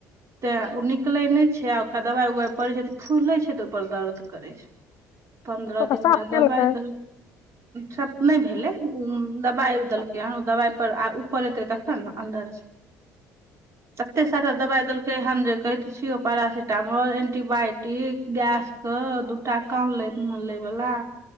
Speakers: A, on the right; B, on the left.
A: तैँ ओ निकलै नहि छै आ ओकरा दबाइ उबाइ पड़ै छै तऽ फूलि लै छै तऽ ओहिपर दर्द करै छै पन्द्रह
B: तऽ ओकरा
A: दिनका
B: साफ
A: दबाइ
B: केलकै
A: तऽ सब नहि भेलै हुँ दबाइ देलकै हन ओ दवाइ पर आ ऊपर एतै तखन ने अन्दर
B: <inaudible>
A: कतेक सारा दबाइ देलकै हन जे कहै तऽ छियौ पैरासिटामोल एंटीबायोटिक गैस हँ दू टा कानमे लय वला